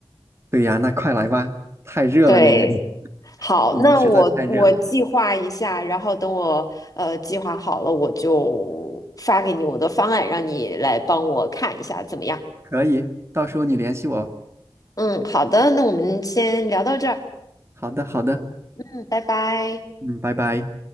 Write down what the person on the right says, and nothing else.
对呀，那快来吧，太热了那边，
你们实在太热了。
可以，到时候你联系我。
好的，好的，
嗯，拜拜。